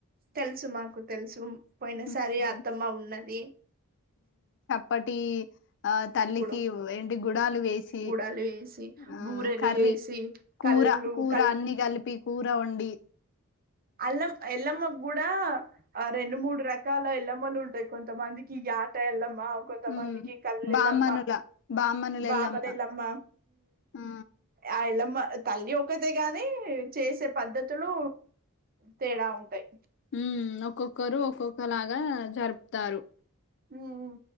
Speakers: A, on the right; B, on the left.
A: తెలుసు మాకు తెలుసు పోయిన
B: హ్మ్
A: సారి అత్తమ్మ ఉన్నది
B: పటి ఆ తల్లికి
A: ఇప్పుడు
B: ఏంటి గుడాలు వేసి
A: గుడాలు వేసి
B: ఆ
A: బూరెలు
B: కర్రీ
A: వేసి
B: కూ కూర
A: కళ్ళు
B: కూర
A: కళ్ళు
B: అన్ని కలిపి కూర వండి
A: అల్లం ఎల్లమ్మకు కూడా ఆ రెండు మూడు రకాల ఎల్లమ్మలు ఉంటాయి కొంతమందికి ఆట ఎల్లమ్మ అ కొంత
B: హ్మ్
A: మందికి కల్లలేమ్మా
B: బామ్మనుల బామ్మనుల
A: బాబాల
B: ఎల్లమ్మ
A: ఏలమ్మా
B: ఆ
A: ఆ ఏలమ్మా తల్లి ఒకతే గాని చేసే పద్ధతులు తేడా ఉంటాయి
B: ఉ ఒక్కొక్కరు ఒక్కొక్కలాగా జరుపుతారు
A: ఉ